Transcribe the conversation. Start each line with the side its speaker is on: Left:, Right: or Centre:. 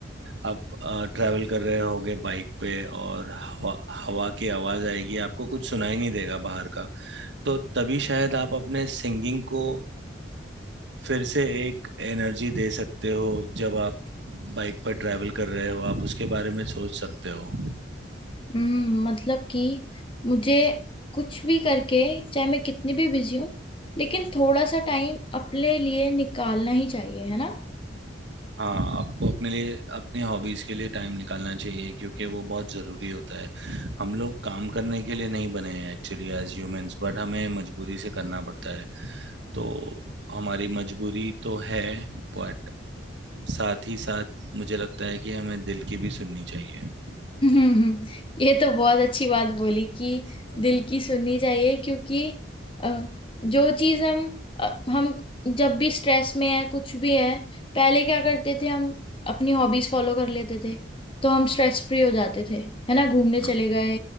Right: आप ट्रैवल कर रहे होगे बाइक पे और हवा हवा की आवाज आएगी आपको कुछ सुनाई नहीं देगा बाहर का तो तभी शायद आप अपने सिंगिंग को फिर से एक एनर्जी दे सकते हो जब आप बाइक पर ट्रैवल कर रहे हो आप उसके बारे में सोच सकते हो
Left: हम्म मतलब कि मुझे कुछ भी करके चाहे मैं कितनी भी बिजी हूँ लेकिन थोड़ा सा टाइम अपने लिए निकालना ही चाहिए है ना
Right: हाँ आपको अपने लिए अपनी हॉबीज़ के लिए टाइम निकालना चाहिए क्योंकि वो बहुत ज़रूरी होता है हम लोग काम करने के लिए नहीं बने हैं एक्चुअली एज ह्यूमंस बट हमें मजबूरी से करना पड़ता है तो हमारी मजबूरी तो है बट साथ ही साथ मुझे लगता है कि हमें दिल की भी सुननी चाहिए
Left: <laughs> हम्म, ये तो बहुत अच्छी बात बोली कि
Right: हाँ,
Left: दिल की सुननी चाहिए क्योंकि अ, जो चीज हम अ, हम जब भी स्ट्रेस में है कुछ भी है पहले क्या करते थे हम अपनी हॉबीज फॉलो कर लेते थे तो हम स्ट्रेस फ्री हो जाते थे है ना घूमने
Right: हाँ
Left: चले गए